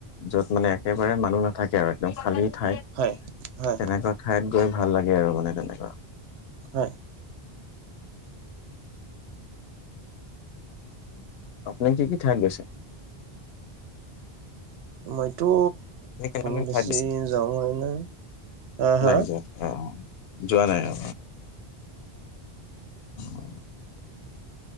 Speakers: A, on the left (about 75°); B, on the right (about 80°).
A: য'ত মানে একেবাৰে মানুহ নাথাকে আৰু একদম খালী ঠাই
B: হয়
A: তেনেকুৱা।
B: হয়
A: ঠাইত গৈ ভাল লাগে আৰু মানে তেনেকুৱা।
B: হয়।
A: আপনি কি কি থাইত গৈছে?
B: মইতো
A: আপুনি কেনেকুৱা
B: বেছি
A: ঠাইত গৈছে
B: যাওঁ হয় নাই, হা-হা?
A: নাই যোৱা অ' যোৱা নাই অ। অ